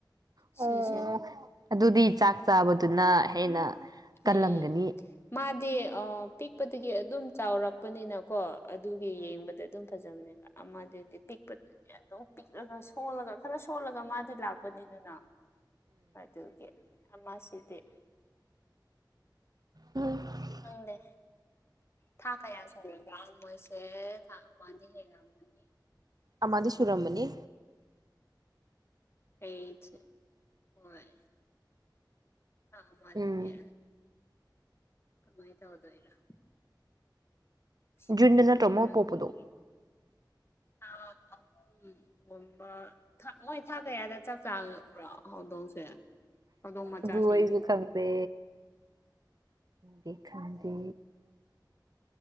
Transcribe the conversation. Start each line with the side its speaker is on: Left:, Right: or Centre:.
Right: ꯑꯣ
Left: ꯁꯤꯁꯦ
Right: ꯑꯗꯨꯗꯤ ꯆꯥꯛ ꯆꯥꯕꯗꯨꯅ ꯍꯦꯟꯅ ꯀꯜꯂꯝꯒꯅꯤ
Left: ꯎꯝ ꯃꯥꯗꯤ ꯑ ꯄꯤꯛꯄꯗꯒꯤ ꯑꯗꯨꯝ ꯆꯥꯎꯔꯛꯄꯅꯤꯅꯀꯣ ꯑꯗꯨꯒꯤ
Right: ꯎꯝ
Left: ꯌꯦꯡꯕꯗ ꯑꯗꯨꯝ ꯐꯖꯕꯅꯦꯕ ꯑꯃꯗꯤꯗꯤ ꯄꯤꯛꯄꯗ ꯑꯗꯨꯝ ꯄꯤꯛꯂꯒ ꯁꯣꯜꯂꯒ ꯈꯔ ꯁꯣꯜꯂꯒ ꯃꯥꯗꯤ ꯂꯥꯛꯄꯅꯤꯗꯅ ꯑꯗꯨꯒꯤ ꯑꯃꯁꯤꯗ
Right: ꯎꯝ
Left: ꯈꯪꯗꯦ ꯊꯥ ꯀꯌꯥ ꯁꯨꯔꯒꯦ ꯃꯣꯏꯁꯦ ꯊꯥꯑꯃꯗꯤ ꯍꯦꯜꯂꯝꯃꯅꯤ
Right: ꯑꯃꯗꯤ ꯁꯨꯔꯝꯃꯅꯤ
Left: ꯍꯩꯖꯦ ꯍꯣꯏ ꯑ ꯃꯥꯅꯤꯅꯦ
Right: ꯎꯝ
Left: ꯀꯃꯥꯏ ꯇꯧꯗꫭꯏꯅꫭ ꯁꯤꯔꯅꯤꯔ
Right: ꯖꯨꯟꯗ ꯅꯠꯇ꯭ꯔꯣ ꯃꯥ ꯄꯣꯛꯄꯗꯣ
Left: ꯐ <unintelligible> ꯎꯝ ꯉꯨꯝꯕ ꯊꯥ ꯃꯣꯏ ꯊꯥꯛ ꯀꯌꯥꯗ ꯆꯥꯛ ꯆꯥꯒꯦ ꯈꯪꯕꯔ ꯍꯧꯗꯣꯡꯁꯦ ꯍꯧꯗꯣꯡ ꯃꯆꯥꯁꯤꯡꯁꯦ
Right: ꯑꯗꯨ ꯑꯩꯖꯨ ꯈꯪꯗꯦ ꯑꯩ ꯈꯪꯗꯦ